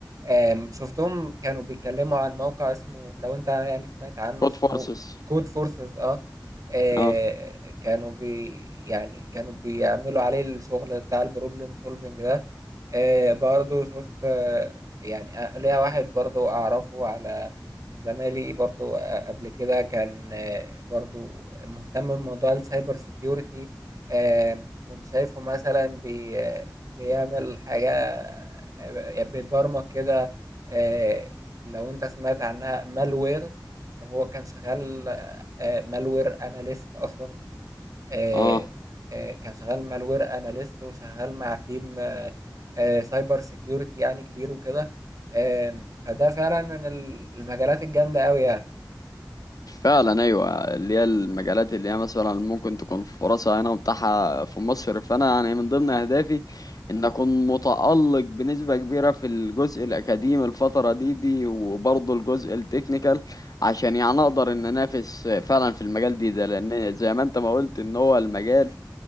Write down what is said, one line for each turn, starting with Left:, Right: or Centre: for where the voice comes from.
Right: آمم شُفتهم كانوا بيتكلّموا عن موقع اسمه لو أنت يعني سمعت عنه
Left: كود
Right: اسمه
Left: فورسز
Right: Code Forces آه. آه،
Left: اه
Right: كانوا بي يعني كانوا بيعملوا عليه الشغل بتاع البروبلم سولفنج ده آه برضو شفت آه يعني آه، ليا واحد برضو أعرفه على من زمايلي برضو آه قبل كده كان آه برضو مهتم بموضوع السايبر سيكيورتي آه كنت شايفه مثلا بي آه، بيعمل حاجة آه، بيبرمج كده آه لو أنت سمعت عنها مالويرز هو كان شغال آه مالوير أناليست أصلا آه،
Left: اه
Right: آه، كان شغال مالوير اناليست وشغال مع تيم آه، آه، سايبر سيكيورتي يعني كبير وكده آم، فده فعلا من ال- المجالات الجامدة قوي يعني
Left: فعلا ايوه اللي هي المجالات اللي هي مثلا ممكن تكون فرصها هنا متاحه في مصر فانا يعني من ضمن اهدافي ان اكون متالق بنسبه كبيره في الجزء الاكاديمي الفتره دي دي وبرضه الجزء التكنيكال عشان يعني اقدر ان انافس فعلا في المجال دي ده لان زي ما انت ما قلت ان هو المجال